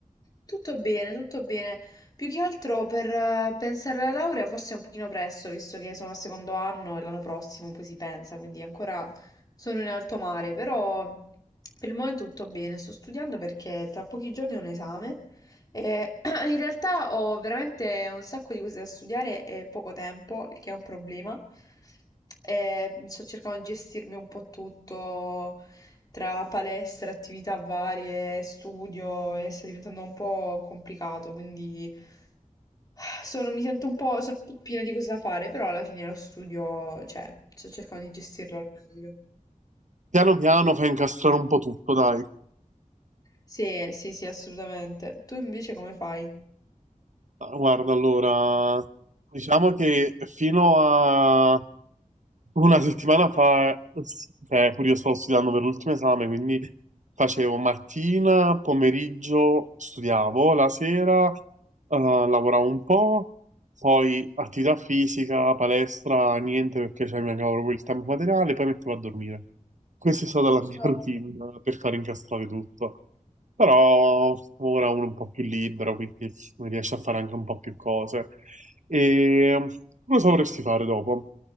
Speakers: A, on the left; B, on the right.
A: tutto bene, tutto bene. Più che altro per eh, pensare alla laurea forse è un pochino presto, visto che sono al secondo anno e l'anno prossimo poi si pensa, quindi ancora sono in alto mare, però per il momento tutto bene. Sto studiando perché tra pochi giorni ho un esame E <clears throat> in realtà ho veramente un sacco di cose da studiare e poco tempo, il che è un problema. E sto cercando di gestirmi un po' tutto tra palestra, attività varie, studio e sta diventando un po' complicato, quindi <sighs> sono- mi sento un po', sono un po' piena di cose da fare, però alla fine lo studio, cioè, sto cercando di gestirlo al meglio.
B: Piano piano fai incastrare un po' tutto, dai.
A: Sì, sì, sì, assolutamente. Tu invece come fai?
B: Ah, Guarda, allora, diciamo che fino a una settimana fa, s- cioè, pure io stavo studiando per l'ultimo esame, quindi facevo mattina, pomeriggio, studiavo, la sera, eh, lavoravo un po', poi attività fisica, palestra, niente perché cioè, mi mancava proprio il tempo materiale, poi mettevo a dormire. Questa è stata la mia
A: Eh,
B: <laughs> routine per far incastrare tutto. Però ora uno è un po' più libero, quindi riesce a fare anche un po' più cose. E um, cosa vorresti fare dopo?